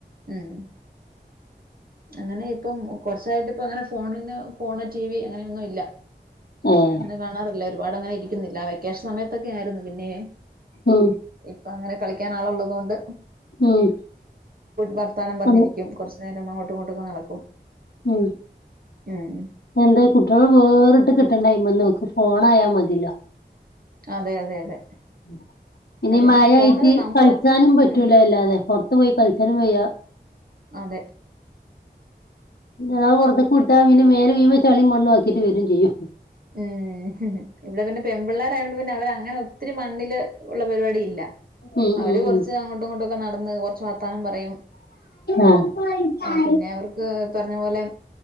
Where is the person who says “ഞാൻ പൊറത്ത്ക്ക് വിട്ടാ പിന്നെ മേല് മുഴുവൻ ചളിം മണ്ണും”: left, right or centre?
Left